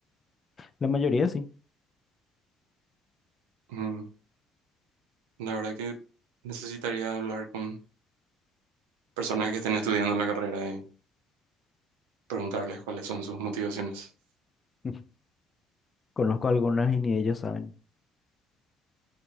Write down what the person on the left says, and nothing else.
La mayoría sí.
<laughs> Conozco algunas y ni ellos saben.